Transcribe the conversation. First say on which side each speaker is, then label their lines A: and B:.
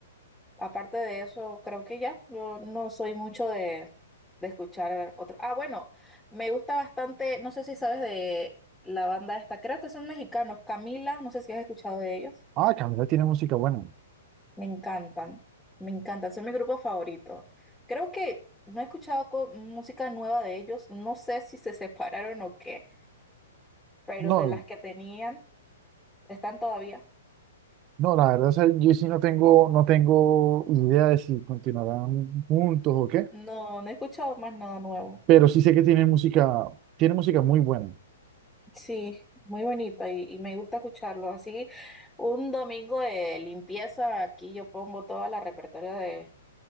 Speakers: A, in the centre; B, on the right.
A: Aparte de eso, creo que ya, yo no soy mucho de, de escuchar otro. Ah, bueno, me gusta bastante, no sé si sabes de la banda esta, creo que son mexicanos, Camila, no sé si has escuchado de ellos.
B: Ah, Camila tiene música buena.
A: Me encantan, me encantan, son mi grupo favorito. Creo que no he escuchado co- música nueva de ellos, no sé si se separaron o qué, pero
B: No,
A: de las que tenían, están todavía.
B: No, la verdad, o sea, yo sí no tengo, no tengo idea de si continuarán juntos o qué,
A: No, no he escuchado más nada nuevo.
B: pero sí sé que tienen música, tienen música muy buena,
A: Sí, muy bonito y, y me gusta escucharlo. Así, un domingo de limpieza, aquí yo pongo toda la repertorio de,